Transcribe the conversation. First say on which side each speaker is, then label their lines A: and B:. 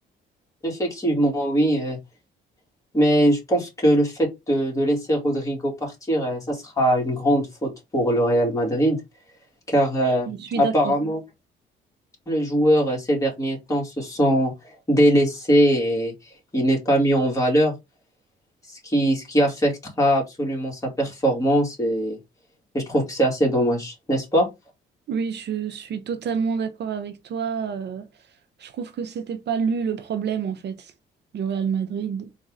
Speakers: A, on the left (about 15°); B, on the right (about 60°).
A: Effectivement, oui. euh, mais je pense que le fait de, de laisser Rodrigo partir, euh, ça sera une grande faute pour le Real Madrid. car euh,
B: Je suis
A: apparemment
B: d'accord.
A: le joueur euh, ces derniers temps se sent délaissé et il n'est pas mis en valeur, ce qui, ce qui affectera absolument sa performance et, et je trouve que c'est assez dommage, n'est-ce pas?
B: Oui, je suis totalement d'accord avec toi. euh, je trouve que c'était pas lui le problème en fait du Real Madrid.